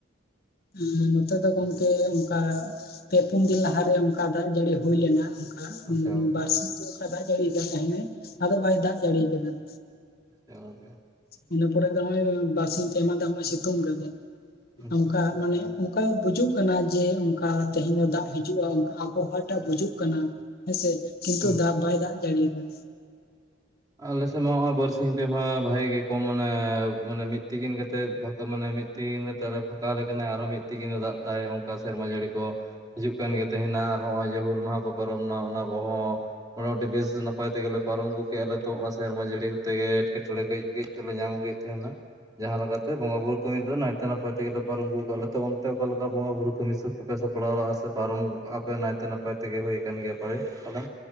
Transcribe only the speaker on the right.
ᱟᱪᱪᱷᱟ ᱜᱚᱝᱠᱮ
ᱥᱮ <unintelligible> ᱜᱮ <unintelligible>
ᱟᱪᱪᱷᱟ
ᱦᱩᱸ
ᱟᱞᱮ ᱥᱮᱫ ᱢᱟ ᱦᱚᱸᱜᱼᱚᱭ ᱵᱟᱨᱥᱤᱧ ᱯᱮᱢᱟᱦᱟ ᱵᱷᱟᱜᱮ ᱜᱮ ᱠᱚᱢ ᱢᱟᱱᱮ ᱢᱟᱱᱮ ᱢᱤᱫ ᱛᱤᱠᱤᱱ ᱠᱟᱛᱮ ᱯᱷᱟᱸᱠᱟ ᱢᱟᱱᱮ ᱢᱤᱫ ᱛᱤᱦᱤᱱ ᱢᱟᱛᱚ ᱟᱨᱚ ᱯᱷᱟᱠᱟᱣ ᱟᱞᱮ ᱠᱟᱱᱟ ᱟᱨᱚ ᱢᱤᱫ ᱛᱤᱦᱤᱱ ᱫᱚ ᱫᱟᱜ ᱫᱟᱭ, ᱚᱱᱠᱟ ᱥᱮᱨᱢᱟ ᱡᱟᱹᱲᱤ ᱠᱚ ᱦᱤᱡᱩᱜ ᱠᱟᱱ ᱜᱮ ᱛᱟᱦᱮᱱᱟ ᱟᱨ ᱦᱚᱸᱜᱼᱚᱭ ᱡᱮ ᱦᱩᱞ ᱢᱟᱦᱟ ᱠᱚ ᱯᱚᱨᱚᱵᱽ ᱱᱟ ᱚᱱᱟ ᱠᱚᱦᱚᱸ ᱢᱚᱴᱟᱢᱩᱴᱤ ᱵᱮᱥ ᱱᱟᱯᱟᱭ ᱛᱮᱜᱮᱞᱮ ᱯᱟᱨᱚᱢ ᱟᱹᱜᱩ ᱠᱮᱫ ᱨᱮᱛᱚ ᱦᱚᱸ-ᱜ ᱥᱮᱨᱢᱟ ᱡᱟᱹᱲᱤ ᱛᱮᱜᱮ ᱮᱴᱠᱮᱴᱚᱬᱮ ᱠᱟᱹᱡ ᱠᱟᱹᱡ ᱫᱚᱞᱮ ᱧᱟᱢ ᱟᱹᱜᱩᱭᱮᱫ ᱛᱟᱦᱮᱱᱟ ᱾ ᱡᱟᱦᱟᱸ ᱞᱮᱠᱟᱛᱮ ᱵᱚᱸᱜᱟ ᱵᱩᱨᱩ ᱠᱟᱹᱢᱤ ᱫᱚ ᱱᱟᱭᱛᱮ ᱱᱟᱯᱟᱭ ᱛᱮᱜᱮ ᱯᱟᱨᱚᱢ ᱟᱹᱜᱩ ᱠᱟᱜᱼᱟ ᱾ ᱛᱚ ᱚᱱᱛᱮ ᱚᱠᱟ ᱞᱮᱠᱟ ᱵᱚᱸᱜᱟ ᱵᱩᱨᱩ ᱠᱟᱹᱢᱤ ᱥᱟᱹᱛ ᱠᱚᱯᱮ ᱥᱟᱯ ᱯᱲᱟᱣ ᱞᱟᱜ ᱥᱮ ᱯᱟᱨᱚᱢ ᱟᱯᱮ ᱱᱟᱭᱛᱮ ᱱᱟᱯᱟᱭ ᱛᱮᱜᱮ ᱦᱩᱭ ᱟᱠᱟᱱ ᱜᱮᱭᱟ ᱯᱮ ᱦᱳᱭ, ᱚᱱᱟ